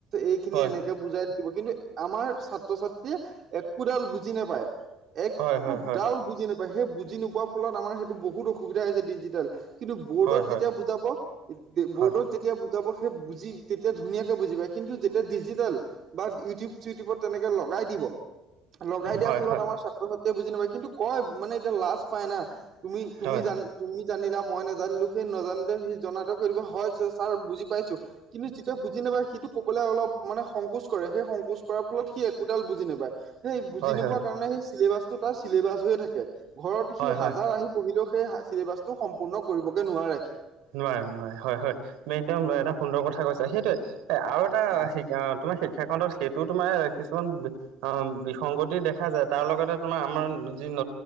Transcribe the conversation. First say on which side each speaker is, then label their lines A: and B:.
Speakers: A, on the right; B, on the right.
A: এইখিনি
B: হয়
A: এনেকে বুজাই থাকিব কিন্তু আমাৰ ছাত্ৰ ছাত্ৰীয়ে একোডাল বুজি নাপায়। একো
B: হয় হয়
A: ডাল বুজি নেপায় সেই বুজি নোপোৱাৰ ফলত আমাৰ সেইটো বহুত অসুবিধা হৈছে ডিজিটেল। কিন্তু বৰ্ডত
B: হয় হয় হয়
A: যেতিয়া বুজাব বৰ্ডত
B: হয়
A: যেতিয়া বুজাব সেই বুজি তেতিয়া ধুনীয়াকে বুজি পায় কিন্তু যেতিয়া ডিজিটেল বা ইউটিউব চিটিউবত তেনেকে লগাই দিব লগাই দিয়াৰ
B: হয়
A: ফলত
B: হয় হয় হয় হয়
A: আমাৰ ছাত্ৰ-ছাত্ৰী বুজি নাপাই কিন্তু কয় মানে এতিয়া লাজ পাই না তুমি,
B: হয়
A: তুমি জান তুমি জানিলা মই নোজানিলোঁ সেই নাজানিলে সি জননাতটো কৰি হয় ছাৰ বুজি পাইছোঁ কিন্তু যিটোয়ে বুজি নাপায় সিটো ক'বলৈ অলপ মানে স সংকোচ কৰে, সেই সংকোচ কৰাৰ ফলত সি একোদাল বুজি নাপায় সেই বুজি
B: হয়
A: নোপোৱাৰ
B: হয় হয়
A: কাৰণে সেই চিলেবাছ ত' তাৰ চিলেবাছ হৈ থাকে, ঘৰত সি
B: হয়
A: হাজাৰ আহি পঢ়িলেও সেই চছিলেবাচটো সম্পূৰ্ণ কৰিবকে নোৱাৰে।
B: নোৱাৰে, নোৱাৰে হয়, হয় তুমি একদম এটা সুন্দৰ কথা কৈছা, সেইটোৱে এ আৰু এটা
A: হয়
B: অ', তোমাৰ শিক্ষা খণ্ডত সেইটো তোমাৰ কিছুমান অ', বিসংগতি দেখা যায় তাৰ লগতে তোমাৰ আমাৰ
A: উম,
B: যি ন